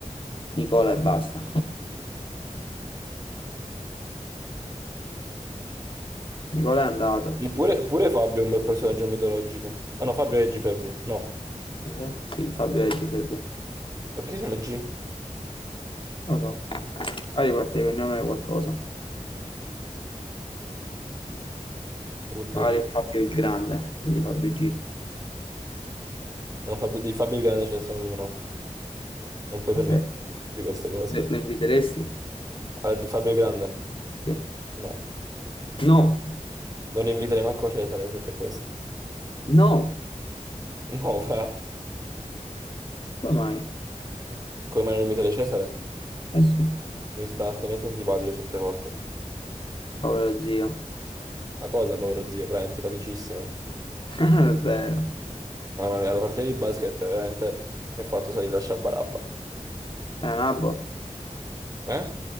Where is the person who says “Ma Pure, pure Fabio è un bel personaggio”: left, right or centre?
Right